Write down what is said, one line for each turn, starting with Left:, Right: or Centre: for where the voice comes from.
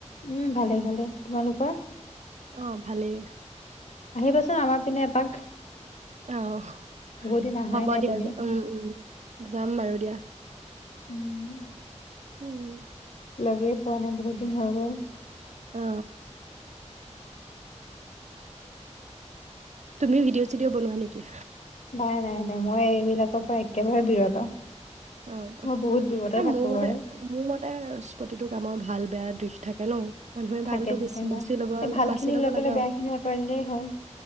Left: উম ভালে ভালে তোমালোকৰ
Right: অ' ভালেই।
Left: আহিবাচোন আমাৰ পিনে এপাক।
Right: অহ।
Left: বহুত দিন অহাই
Right: হ'ব
Left: নাই
Right: দিয়া
Left: তুমি
Right: উম উম যাম বাৰু দিয়া।
Left: উম
Right: উম।
Left: লগে পোৱা নাই বহুত দিন হৈ গ'ল।
Right: অ। তুমি ভিডিঅ' চিডিঅ' বনোৱা নেকি?
Left: নাই, নাই, নাই। মই এইবিলাকৰ পৰা একেবাৰে বিৰত।
Right: অ'।
Left: মই বহুত দূৰতে
Right: এ
Left: থাকো
Right: মোৰ মতে
Left: বাৰু
Right: মোৰ মত প্ৰতিটো কামৰ ভাল বেয়া দিশ থাকে ন। মানুহে
Left: থাকে
Right: ভালতো
Left: থাকে মই
Right: বাচি লব
Left: এই ভাল
Right: বাচি
Left: খিনি
Right: লব
Left: লৈ পেলাই
Right: লাগে আৰু
Left: বেয়া খিনি আঁতৰাই দিলেই হ'ল